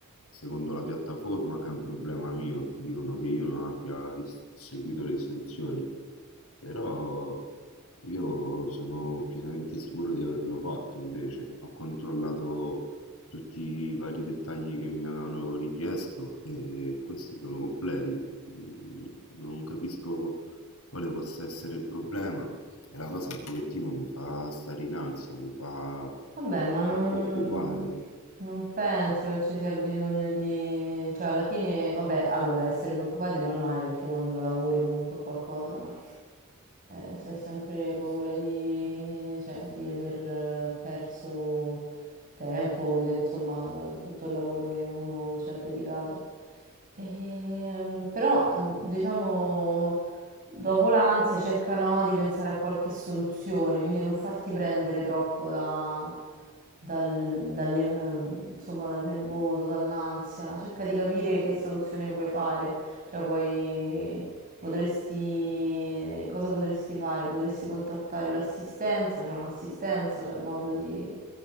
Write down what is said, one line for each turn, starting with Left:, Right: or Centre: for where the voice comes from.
Left: secondo la piattaforma, è un problema mio. Dicono che io non abbia is seguito le istruzioni. Però io sono pienamente sicuro di averlo fatto invece. Ho controllato tutti i vari dettagli che mi avevano richiesto e questi sono completi. Mm, Non capisco quale possa essere il problema e la cosa un pochettino mi fa stare in ansia, mi fa,
Right: Vabbè, ma non,
Left: fa preoccupare.
Right: non penso che ci sia bisogno di... Cioè, alla fine, vabbè, allora, essere preoccupati è normale perché quando lavori comunque a qualcosa, no? Eh, si ha sempre paura di, cioè, di aver eh, perso tempo, di- insomma, t- tutto il lavoro che uno ci ha dedicato. Ehm, però, diciamo, dopo l'ansia cerca, no, di pensare a qualche soluzione, quindi non farti prendere troppo da, dal, dalle- insomma, dal nervoso, dall'ansia, cerca di capire che soluzione puoi fare, cioè puoi, potresti, cosa potresti fare? Potresti contattare l'assistenza, c'è un'assistenza, c'è modo di...